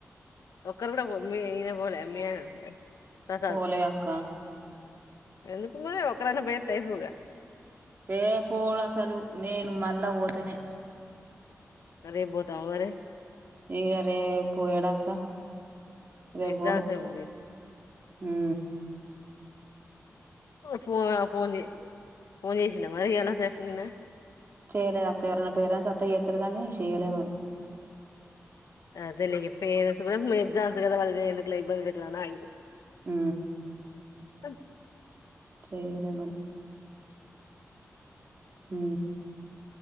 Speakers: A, on the left; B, on the right.
A: ఒకరు కూడా పోలే మీ ఈయన పోలే మీ ఆయన ప్రసాద్
B: పోలే అక్క
A: ఎందుకు మరి ఒకరైనా పొయ్యొత్తే అయిపోగా
B: ఏ పోడు అసలు నేను మళ్ళా పోతనే
A: రేప్ పోత్ టావ్ మరి
B: ఇగ రేపు ఏడక్క రేప్పోను
A: ఎగ్జామ్స్ ఏముంది
B: ఊ
A: ఫోనా ఫోన్ జే పోన్ చేసిండా మరి ఈయ్యాల రేపు నిన్న
B: చేయలేదక్క ఎవరైనా పేరెంట్స్ వత్తే చేస్తారు గాని చేయలే మరి
A: అదేలే ఇగ పేరెంట్స్ కూడా ఎగ్జామ్స్ కదా వాళ్ళునీ ఎందుకులే ఇబ్బంది పెట్టడం ఆగి <inaudible>
B: ఊ
A: అగ్
B: చేయలే మరి ఊ